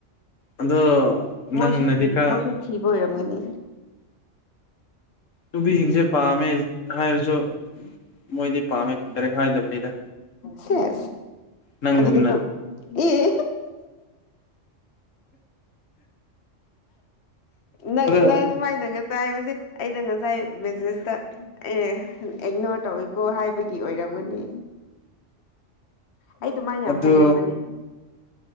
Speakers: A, on the left; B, on the left.
A: ꯑꯗꯣ
B: ꯃꯣꯏꯁꯨ
A: ꯅꯪꯅꯗꯤ
B: ꯊꯤ
A: ꯈꯔ
B: ꯃꯣꯏꯁꯨ ꯊꯤꯕ ꯑꯣꯏꯔꯝꯒꯅꯤ
A: ꯅꯨꯄꯤꯁꯤꯡꯁꯦ ꯄꯥꯝꯃꯦ ꯍꯥꯏꯔꯁꯨ ꯃꯣꯏꯗꯤ ꯄꯥꯝꯃꯦ ꯗꯥꯏꯔꯦꯛ ꯍꯥꯏꯗꯕꯅꯤꯗ
B: ꯁꯦꯁ
A: ꯅꯪꯒꯨꯝꯅ
B: ꯑꯗꯨꯗꯤ ꯀꯝ ꯑꯦ ꯑꯦ ꯅꯪ
A: ꯑꯗꯣ
B: ꯅꯪ ꯁꯨꯃꯥꯏ ꯅꯒ ꯇꯥꯏꯕꯁꯦ ꯑꯩꯅ ꯉꯁꯥꯏ ꯃꯦꯖꯦꯁꯇ ꯑꯦꯛꯅꯣꯔ ꯇꯧꯏꯀꯣ ꯍꯥꯏꯕꯒꯤ ꯑꯣꯏꯔꯝꯒꯅꯤ ꯑꯩ ꯗꯨꯃꯥꯏꯅ
A: ꯑꯗꯨ
B: ꯌꯥꯝ ꯍꯥꯏꯒꯟꯕꯅꯦ